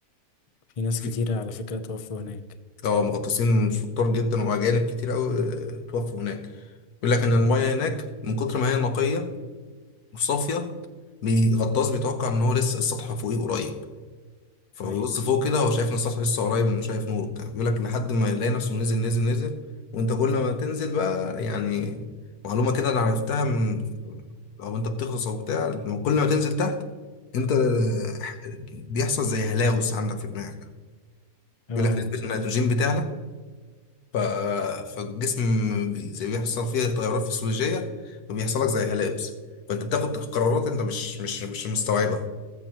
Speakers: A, on the left; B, on the left.
A: في ناس
B: في
A: كتيرة على فكرة توفوا هناك
B: اه مغطاسين شطار جدا وأجانب كتير أوي آه، توفوا هناك بيقول لك إن المية هناك من كتر ما هي نقية وصافية بي- الغطاس بيتوقع إن هو لسه السطح فوقيه قريب فبيبص
A: ايوه
B: فوق كده هو شايف ان السطح لسه قريب انه شايف نوره كده بيقول لك لحد ما يلاقي نفسه نزل نزل نزل وانت كل ما تنزل بقى يعني معلومة كده انا عرفتها من او انت بتغطس او بتاع لما كل ما تنزل تحت انت <hesitation> بيحصل زي هلاوس عندك في دماغك
A: اه
B: بيقول لك نسبة النيتروجين بتعلى ف... فالجسم بي- زي بيحصل فيه تغيرات فسيولوجية وبيحصل لك زي هلاوس فانت بتاخد قرارات انت مش مش مش مستوعبها